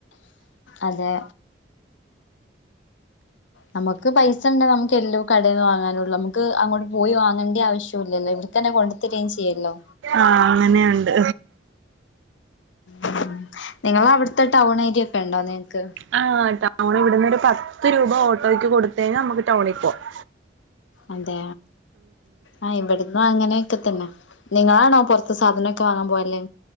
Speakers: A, on the left; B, on the right.
A: അതെ നമുക്ക് പൈസ ഇണ്ട നമുക്ക് എല്ലോ കടേന്ന് വാങ്ങാനുള്ളൂ നമുക്ക് അങ്ങോട്ട് പോയി വാങ്ങണ്ടി ആവശ് ട്ടും ഇല്ലല്ലോ ഇവട് തന്നെ കൊണ്ടു തരേം ചെയ്യല്ലോ.
B: ആഹ് അങ്ങനെയുണ്ട്.
A: ഉ നിങ്ങക്ക് അവിടുത്തെ ടൗൺ ഏരിയ ഒക്കെ ഇണ്ടാ നിങ്ങ്ക്ക്?
B: ആ ടൗൺ ഇവിട ന്നോരു പത്ത് രൂപ ഓട്ടോയ്ക്ക് കൊടുത്ത ഴിഞ്ഞാൽ നമുക്ക് ടൗണിൽ പോകാം
A: അതെ ആഹ് ഇവിടുന്ന് അങ്ങനെയൊക്കെ തന്നെ. നിങ്ങളാണോ പൊറത്ത് സാധനൊക്കെ വാങ്ങാൻ പോകല്.